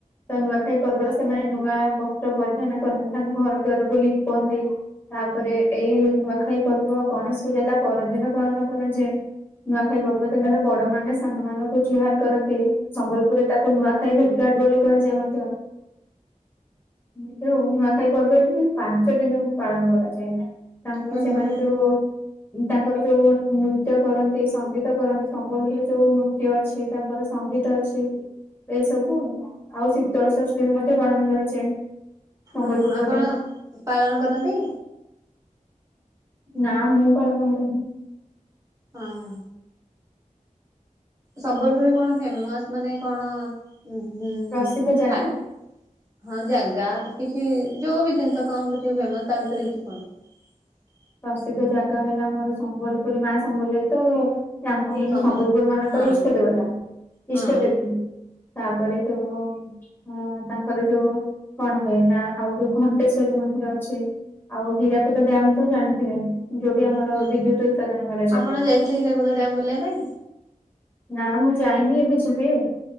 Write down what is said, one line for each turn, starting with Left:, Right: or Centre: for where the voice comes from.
Left: ତ ନୂଆଖାଇ ପର୍ବରେ ସେମାନେ ନୂଆ ବସ୍ତ୍ର ପରିଧାନ କରନ୍ତି ତାଙ୍କ ଘର ଦ୍ୱାର କୁ ଲିପନ୍ତି ତାପରେ ଏଇ ନୂଆଖାଇ ପର୍ବ ଗଣେଶ ପୂଜା ତା ପରଦିନ ପାଳନ କରାଯାଏ ନୂଆଖାଇ ପର୍ବ ଦିନରେ ବଡ ମାନେ ସାନ ମାନଙ୍କୁ ଜୁହାର କରନ୍ତି। ସମ୍ବଲପୁରରେ ତାକୁ ନୂଆଖାଇ ଭେଟଘାଟ ବୋଲି କୁହାଯାଏ ମଧ୍ୟ। ଏ ଯ ନୂଆଖାଇ ପର୍ବ ଯଦି ପାଞ୍ଚ ଦିନ ପାଳନ କରାଯାଏ। ତାଙ୍କର
Right: ହୁଁ
Left: ସେମାନେ
Right: ହୁଁ
Left: ଯୋଉ ତାଙ୍କର ଯୋଉ ନୃତ୍ୟ କରନ୍ତି ସଙ୍ଗୀତ କରନ୍ତି ସମ୍ବଲପୁର ଯୋଉ ନୃତ୍ୟ ଅଛି ତାଙ୍କର ସଙ୍ଗୀତ ଅଛି ଏ ସବୁ ଆଉ ଶୀତଳ ସଂସ୍କୃତି ମଧ୍ୟ ପାଳନ କରାଯାଏ। ସମ୍ବଲପୁର
Right: ଓହୋ ଆପଣ
Left: ପଟେ।
Right: ପାଳନ କରନ୍ତି।
Left: ନାଁ ମୁଁ ପାଳନ କରେନି।
Right: ହଁ ହଁ। ସମ୍ବଲପୁରରେ କଣ ଫେମସ? ମାନେ କଣ ଉ ଗୁ
Left: ପ୍ରସିଦ୍ଧ
Right: ଖା
Left: ଜାଗା
Right: ହଁ ଜାଗା କିଛି ଯୋଉ ବି ଜିନିଷ କଣ କିଛି ଫେମସ ତା ଭିତରେ କିଛି କୁହନ୍ତ।
Left: ପ୍ରସିଦ୍ଧ ଜାଗା ହେଲା ଆମର ସମ୍ବଲପୁରୀ ମା ସମ୍ବଲେଈ ତ ତାଙ୍କ ମାନେ
Right: ସମଲ
Left: ସମ୍ବଲପୁର ମାନଙ୍କର
Right: ହଁ
Left: ଇଷ୍ଟ ଦେବତା
Right: ହଁ
Left: ଇଷ୍ଟ ଦେବୀ। ତାପରେ ଯୋଉ ଅ ତାଙ୍କର ଯୋଉ କଣ କହେ ନା ଆଉଜଉ ଘଣ୍ଟେଶ୍ଵରୀ ମ ମନ୍ଦିର ଅଛି ଆଉ ହୀରାକୁଦ ଡ୍ୟାମ ତ ଜାଣିଥିବେ। ଯୋଉଠି ଆମର
Right: ହୁଁ
Left: ବିଦ୍ୟୁତ ଉତ୍ପାଦନ କରାଯାଇଥାଏ।
Right: ଆପଣ ଯାଇଥିଲେ ହୀରାକୁଦ ଡ୍ୟାମ ବୁଲିବା ପାଇଁ
Left: ନା ମୁଁ ଯାଇନି ଏବେ ଯିବି ଆଉ